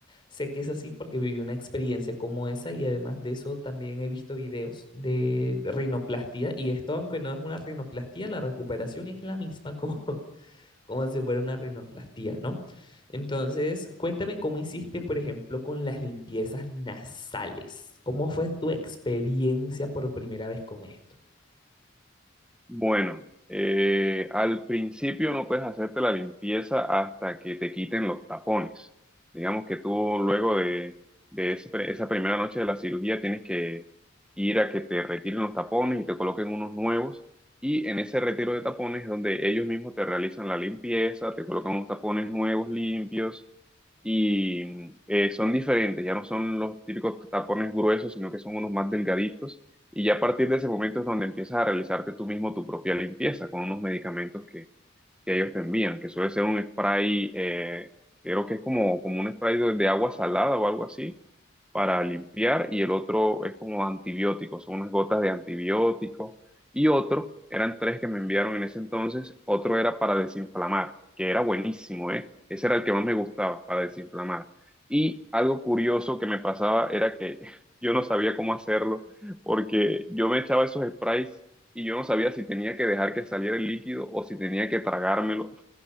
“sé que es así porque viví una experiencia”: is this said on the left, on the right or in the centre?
Left